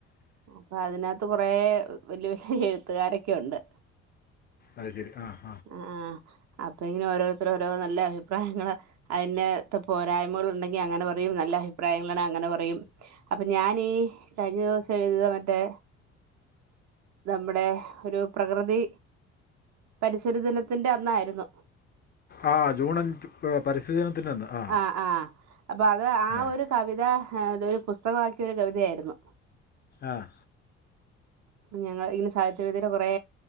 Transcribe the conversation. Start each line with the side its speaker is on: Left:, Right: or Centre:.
Right: അപ്പൊ അതിനകത്ത് കുറെ വല്യ വല്യ എഴുത്തുകാരൊക്കെയുണ്ട്
Left: അത് ശരി ആഹ്
Right: ആഹ് ആഹ് അപ്പൊ ഇങ്ങനെ ഓരോരുത്തര് ഓരോ നല്ല അഭിപ്രായങ്ങള്. അയ്ന്റെകത്തെ പോരായ്മകൾ ഉണ്ടെങ്കി അങ്ങനെ പറയും നല്ല അഭി പ്രായങ്ങളാണെ അങ്ങനെ പറയും. അപ്പം ഞാനീ കഴിഞ്ഞ ദിവസം എഴുതിയ മറ്റേ നമ്മുടെ ഒരു പ്രകൃതി പരിസര ദിനത്തിന്റെ അന്നായിരുന്നു.
Left: ആഹ് ജൂൺ അഞ്ച് പരിസ്ഥിതി ദിനത്തി്ന്റന്ന് ആഹ്
Right: ആ ആ അപ്പൊ അത് ആ
Left: ആഹ്
Right: ഒരു കവിത ഏഹ് ഒരു പുസ്തകവാക്കിയ ഒരു കവിതയായിരുന്നു.
Left: ആഹ്
Right: ഞങ്ങള് ഇതിന് സാഹിത്യ വേദിയുടെ കുറേ